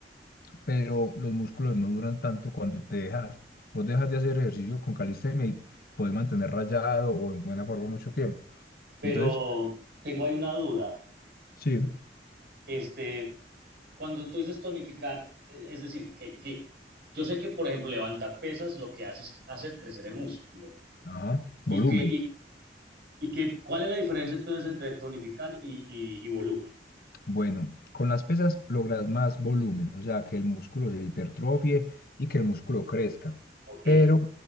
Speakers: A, on the left; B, on the right.
A: pero los músculos no duran tanto cuando te dejas. Vos dejas de hacer ejercicio con calistenia y puedes mantener rayado o en buena forma mucho tiempo.
B: pero
A: Entonces,
B: tengo ahí una duda.
A: sí,
B: Este, cuando tú dices tonificar, eh, es decir, que, que yo sé que, por ejemplo, levantar pesas lo que hace es hacer crecer el músculo.
A: ajá,
B: ¿Y
A: volumen.
B: que, y, y que cuál es la diferencia entonces entre tonificar y, y, y volumen?
A: Bueno, con las pesas logras más volumen, o sea, que el músculo se hipertrofie y que el músculo crezca.
B: Ok.
A: Pero